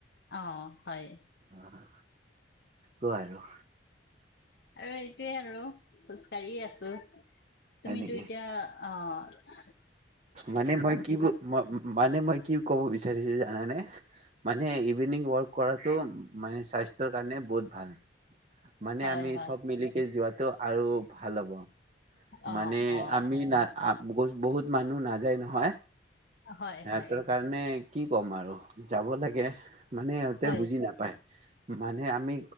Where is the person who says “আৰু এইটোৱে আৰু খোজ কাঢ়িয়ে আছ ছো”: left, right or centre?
Left